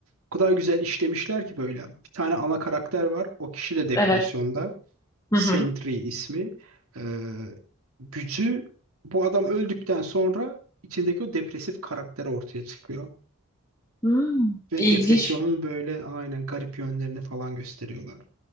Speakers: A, on the right (about 75°); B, on the left (about 15°).
A: o kadar güzel işlemişler ki böyle. Bir tane ana karakter var. O kişi de depresyonda.
B: evet. Hı
A: Sentry
B: hı.
A: ismi. Ee, gücü bu adam öldükten sonra içindeki o depresif karakter ortaya çıkıyor.
B: Hmm,
A: Ve
B: ilginç.
A: depresyonun böyle aynen garip yönlerini falan gösteriyorlar.